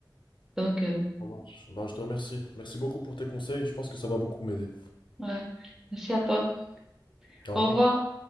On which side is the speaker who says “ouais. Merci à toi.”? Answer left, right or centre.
Centre